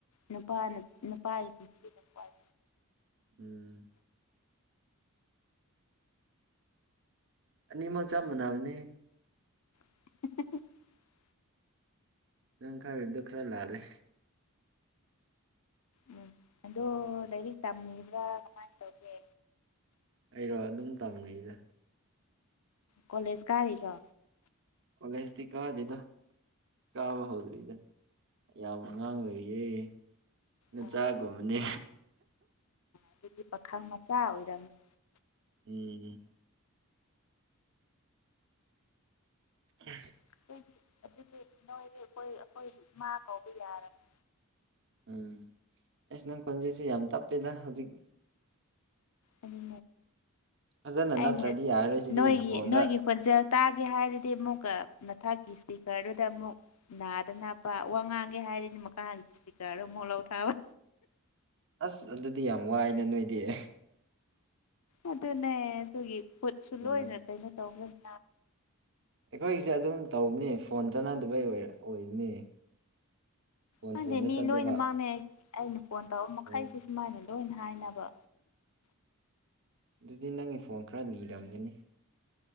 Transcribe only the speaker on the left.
ꯅꯨꯄꯥꯅ ꯅꯨꯄꯥꯒꯤ ꯄꯨꯟꯁꯤꯗ ꯄꯏ
<unintelligible>
ꯎꯝ ꯑꯗꯣ ꯂꯥꯏꯔꯤꯛ ꯇꯝꯃꯤꯕ꯭ꯔꯥ ꯀꯃꯥꯏꯅ ꯇꯧꯒꯦ
ꯀꯣꯂꯦꯖ ꯀꯥꯔꯤꯒꯣ
ꯑꯥ
ꯑꯗꯒꯤ ꯄꯥꯈꯪ ꯃꯆꯥ ꯑꯣꯏꯔꯝꯃꯤ
ꯑꯩꯈꯣꯏꯗꯤ ꯑꯗꯨꯗꯤ ꯅꯣꯏꯗꯤ ꯑꯩꯈꯣꯏ ꯑꯩꯈꯣꯏ ꯏꯃꯥ ꯀꯧꯕ ꯌꯥꯔꯅꯤ
ꯑꯗꯨ
ꯑꯩꯅ
ꯅꯣꯏꯒꯤ
ꯅꯣꯏꯒꯤ ꯈꯣꯟꯖꯦꯜ ꯇꯥꯒꯦ ꯍꯥꯏꯔꯗꯤ ꯑꯃꯨꯛꯀ ꯃꯊꯛꯀꯤ ꯏꯁꯄꯤꯀꯔꯗꯨꯗ ꯑꯃꯨꯛ ꯅꯥꯗꯅ ꯄ ꯋꯥ ꯉꯥꯡꯒꯦ ꯍꯥꯏꯔꯤꯅꯤ ꯃꯈꯥꯒꯤ ꯏꯁꯄꯤꯀꯔ ꯃꯣꯂꯧ ꯊꯕ
ꯑꯗꯨꯅꯦ ꯑꯗꯨꯒꯤ ꯈꯨꯠꯁꯨ
ꯂꯣꯏꯅ ꯀꯩꯅꯣ ꯇꯧꯒꯅꯤ
ꯈꯪꯗꯦ
ꯃꯤ
ꯂꯣꯏꯅꯃꯛꯅꯦ ꯑꯩꯅ ꯐꯣꯟ ꯇꯧꯔ ꯃꯈꯩꯁꯦ
ꯁꯨꯃꯥꯏꯅ ꯂꯣꯏ ꯍꯥꯏꯅꯕ